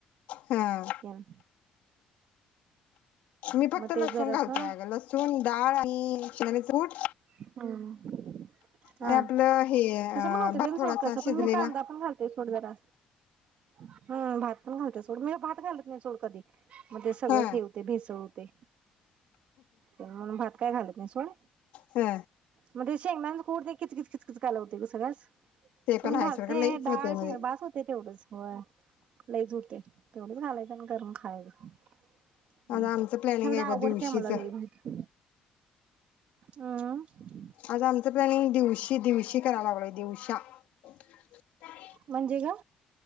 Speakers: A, on the left; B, on the right.
A: हा
B: तेन
A: मी फक्त
B: मग ते
A: लसूण
B: जरासं
A: घालतोय अग लसूण डाळ आणि शेंगदाण्याच कूट
B: हम्म हा
A: आणि आपलं हे
B: तसं
A: अ
B: पण होतय
A: भात
B: पण
A: थोडासा
B: सोड कसं
A: शिजलेला
B: पण कांदा पण घालतोय सोड जरा हम्म भात पण घालते सोड मी भात घालत नाही सोड कधी मग ते सगळंच
A: हा
B: हे होतंय भेसळ होत ते म्हणून भात काय घालत नाही सोड
A: हा
B: मग ते शेंगदाण्याचं कूट ते खिचखिच खिचखिच काला होतोय ग सगळाच
A: ते
B: कोण
A: पण आहे
B: घालते
A: सोड लईच
B: डाळ
A: होतंय
B: शेंग
A: मध्ये.
B: बास होतय तेवढंच होय लईच होतय, तेवढंच घालायचं आणि करून खायचं. हम्म,
A: आज आमचं प्लॅनिंग
B: खर
A: आहे
B: आवडत्या
A: बघ दिवशीच.
B: मला लय भाजी. अं
A: आता आमचं प्लॅनिंग दिवशी दिवशी करायला लागलोय दिवश्या <inaudible>
B: म्हणजे ग